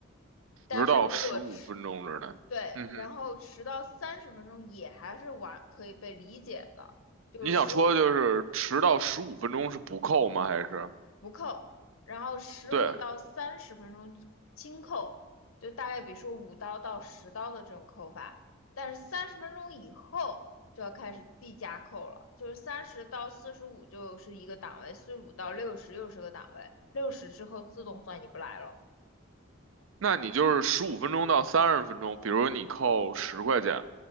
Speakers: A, on the left (about 80°); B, on the right (about 70°).
A: 但是如果迟，
B: 十到十五分钟之内，
A: 对，
B: 嗯哼。
A: 然后迟到三十分钟也还是晚，可以被理解的，就是十五
B: 你想说就是迟到十五分钟是不扣吗？还是
A: 不扣，然后十五到三十分钟轻扣，
B: 对？
A: 就大概比如说五刀到十刀的这种扣法，但是三十分钟以后就要开始递加扣了，就是三十到四十五就是一个档位，四十五到六十又是个档位，六十之后自动算你不来了。
B: 那你就是十五分钟到三十分钟，比如你扣十块钱，